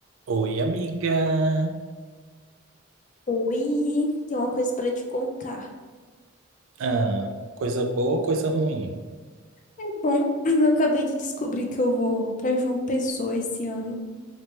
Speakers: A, on the right (about 70°); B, on the left (about 40°).
A: Oi, amiga.
B: Oi, tem uma coisa pra te contar.
A: Ah, coisa boa, ou coisa ruim.
B: É bom, <clears throat> eu acabei de descobrir que eu vou pra João Pessoa esse ano.